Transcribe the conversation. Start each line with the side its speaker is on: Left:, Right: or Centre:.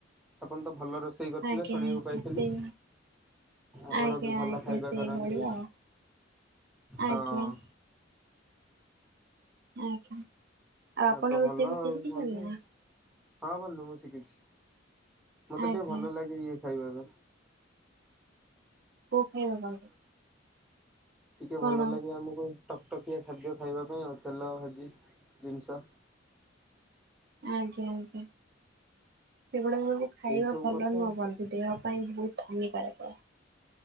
Centre: ଆପଣ ତ ଭଲ ରୋଷେଇ କରିଥିଲେ
Right: ଆଜ୍ଞା
Centre: ଶୁଣିବାକୁ
Right: ଆଜ୍ଞା
Centre: ପାଇଥିଲି
Right: ସେଇ
Centre: ଆପଣ
Right: ଆଜ୍ଞା
Centre: ବି ଭଲ
Right: ଆଜ୍ଞା
Centre: ଖାଇବା
Right: ସେଇଭଳି
Centre: କରନ୍ତି
Right: ଆଉ ଆଜ୍ଞା
Centre: ହଁ।
Right: ଆଜ୍ଞା। ଆଉ ଆପଣ
Centre: ଏ ତ
Right: ରୋଷେଇ
Centre: ଭଲ
Right: ଫୋଷେଇ
Centre: ଆଉ
Right: ଶିଖିଛନ୍ତି
Centre: ବନ୍ଧୁ।
Right: ନା?
Centre: ହଁ ବନ୍ଧୁ ମୁଁ ଶିଖିଛି। ମତେ
Right: ଆଜ୍ଞା
Centre: ଟିକେ ଭଲ ଲାଗେ ଇଏ ଖାଇପାରିବେ।
Right: କୋଉଁ ଖାଇବା <unintelligible>
Centre: ଟିକେ
Right: କଣ
Centre: ଭଲ ଲାଗେ ଆମକୁ ଟକଟକିଆ ଖାଦ୍ୟ ଖାଇବା ପାଇଁ ଆଉ ତେଲ ଭାଜି ଜିନିଷ
Right: ଆଜ୍ଞା ଆଜ୍ଞା। ସେଗୁଡ଼ା ସବୁ ଖାଇବା
Centre: ଏଇ ସବୁ
Right: ଭଲ
Centre: କଥା
Right: ନୁହେଁ ବନ୍ଧୁ ଦେହ ପାଇଁ ବହୁତ ହାନି। <unintelligible>